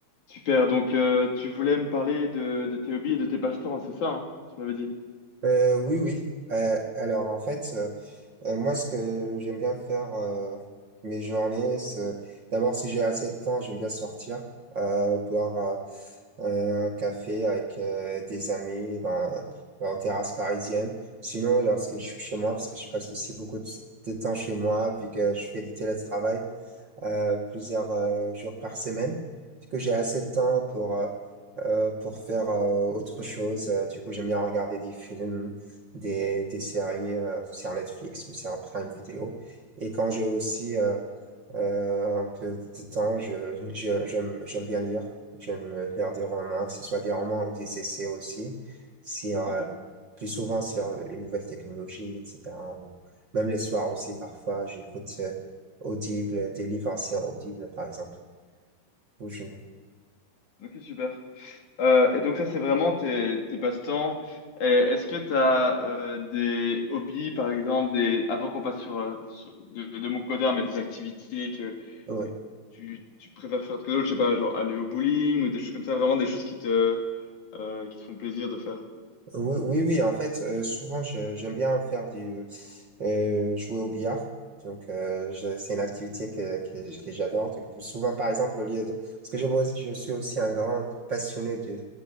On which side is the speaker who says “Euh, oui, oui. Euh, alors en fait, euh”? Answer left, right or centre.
Right